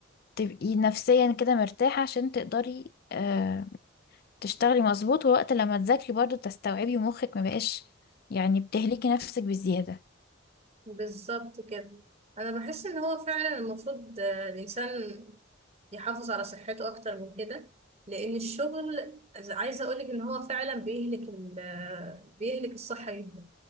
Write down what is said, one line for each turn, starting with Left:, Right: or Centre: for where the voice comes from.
Left: تبقي نفسيا كده مرتاحة عشان تقدري آه، تشتغلي مظبوط ووقت لما تذاكري برضه بتستوعبي ومخك ما بقاش يعني بتهلكي نفسك بالزيادة
Right: بالظبط كده انا بحس ان هو فعلا المفروض آه، الانسان يحافظ على صحته اكتر من كده لان الشغل عايز- عايزه اقولك ان هو فعلا بيهلك ال- آه، بيهلك الصحه جدا